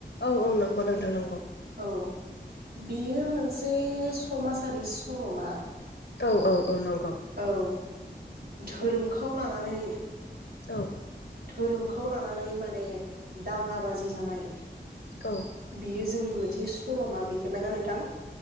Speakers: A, on the left; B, on the right.
A: औ औ नंगौ नंथां नंगौ।
B: औ बेयो मोनसे समाजारि सल'मा।
A: औ औ औ नंगौ।
B: औ धोरोमखौ लानानै
A: औ
B: धोरोमखौ लानानै माने दाङा बाजि जानाय
A: औ
B: बियो जोंनि मोनसे स सल'मा मिथेबायना नोंथां?